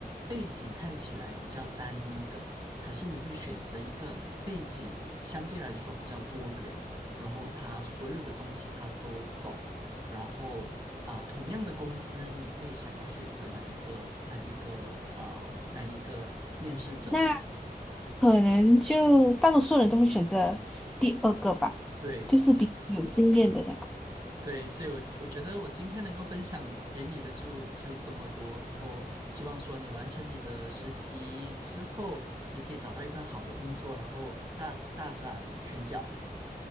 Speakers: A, on the right; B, in the centre.
A: 背景看起来比较单一的，还是你会选择一个背景相对来说比较多元，然后他所有的东西他都懂？然后啊、同样的工资，你会想要选择哪一个哪一个啊哪一个面试者呢？
B: 那可能就大多数人都会选择第二个吧，
A: 对是
B: 就是比较有经验的那个。
A: 对，所以我我觉得我今天能够分享给你的就就这么多，然后希望说你完成你的实习之后，你可以找到一份好的工作，然后大大展拳脚。